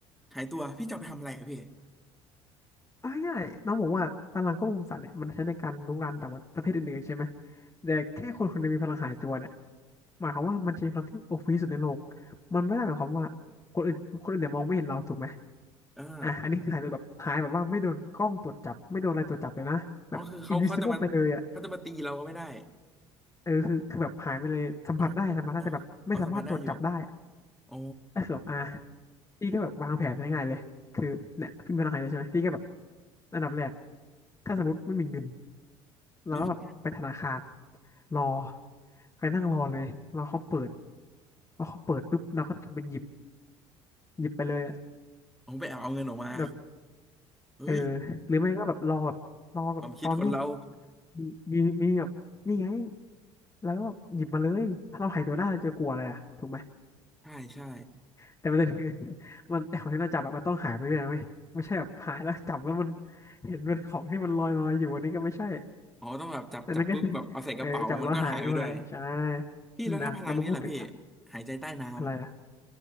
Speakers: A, in the centre; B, on the left.
A: หายตัวพี่จะเอาไปทำอะไรอะพี่
B: เอาง่ายๆน้องบอกว่าพลังควบคุมสัตว์เนี่ยมันใช้ในการรุกรานแต่ว่าประเทศอื่นๆใช่ไหมแต่แค่คนคนหนึงมีพลังหายตัวเนี่ยหมายความว่ามันจะมีพลังที่โอพีสุดในโลกมันไม่ได้หมายความว่าคนอื่นคนอื่นเนี่ยมองไม่เห็นเราถูกไหม
A: อ่า
B: อ่ะอันนี้คือหายตัวแบบหายแบบว่าไม่โดนกล้องตรวจจับไม่โดนอะไรตรวจจับเลยนะแบบ
A: อ๋อคือเขาเขาจะมา
B: invisible ไปเลยอ่ะ
A: เขาจะมาตีเราก็ไม่ได้
B: เออคือคือแบบหายไปเลยสัมผัสได้สัมผัสได้แต่แบบไม่สามารถตรวจจับได้อะ
A: โอ้อ๋อสัมผัสได้อยู่โอ้
B: ก็คือแบบอ่ะพี่ก็แบบวางแผนง่ายๆเลยคือเนี่ยพี่มีพลังหายตัวใช่ไหมพี่ก็แบบอันดับแรกถ้าสมมติไม่มีเงิน เราก็แบบไปธนาคาร
A: ไม่มี
B: รอไปนั่งรอเลยรอเขาเปิดพอเขาเปิดปุ๊บเราก็ทำเป็นหยิบหยิบไปเลยอะ
A: ผมไปแอบเอาเงินออกมา
B: แบบ
A: เฮ้ย
B: เออหรือไม่ก็แบบรอแบบรอแบบตอนที่
A: ความคิดคนเรา
B: มีมีมีแบบนี่ไงแล้วก็แบบหยิบมาเลยถ้าเราหายตัวได้เราจะกลัวอะไรอะถูกไหม
A: <laughs> ใช่ใช่
B: แต่ประเด็นคือ <laughs> มันไอของที่เราจับอะมันต้องหายไปด้วยนะไม่ไม่ใช่แบบหายแล้วจับแล้วมันเห็นเป็นของที่มันลอยลอยอยู่อันนี้ก็ไม่ใช่
A: อ๋อต้องแบบจับจับปุ๊บแบบเอาใส่กระเป๋ามันก็หายไปด้วย
B: อันนั้นก็จะ <laughs> เออจับแล้วหายด้วยใช่
A: พี่แล้วถ้าพลังนี่ล่ะพี่
B: อืมอ่ะเรามาพูดถึง
A: หายใจใต้น้ำ
B: อะไรอะ